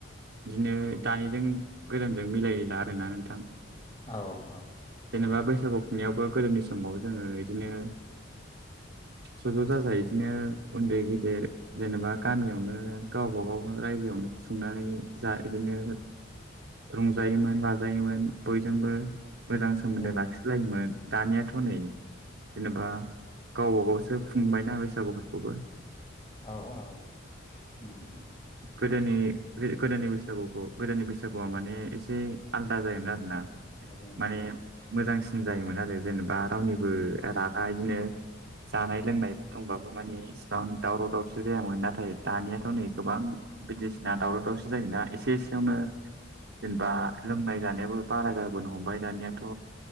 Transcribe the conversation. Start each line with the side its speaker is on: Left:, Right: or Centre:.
Right: बिदिनो दानिजों गोजामजों मिलायला दोना नोंथां
Left: औ औ
Right: जेनेबा बैसागु खुंनायावबो गोदोनि समाव जोङो इदिनो ज'-ज' जा-जाय इदिनो उन्दै गेदेर जेनेबा गामियावनो गावबा गाव रायजोआवनो खुंनानै जा इदिनो रंजायोमोन बाजायोमोन बयजोंबो मोजां सोमोन्दो
Left: औ
Right: ला जाखिलायोमोन दानियाथ' नै जेनेबा गावबागावसो खुंबायना बैसागुफोरखौबो।
Left: औ औ नंग
Right: गोदोनि गो-गोदोनि बैसागुखौ गोदोनि बैसागुआ माने एसे आलदा जायोमोन आरोना।
Left: मोजायोमोन
Right: माने
Left: औ
Right: मोजांसिन जायोमोन आरो जेनेबा रावनिबो रागा इदिनो जानाय लोंनाय दंबाबो मानि इसिबां दावराव- दावसि जायामोन नाथाय दानियाथ' नै गोबां बायदिसिना दावराव दावसि जायोना एसे एसेयावनो जेनेबा
Left: औ
Right: लोंनाय जानायाबो बारा जाबोनो हमबाय दानियाथ'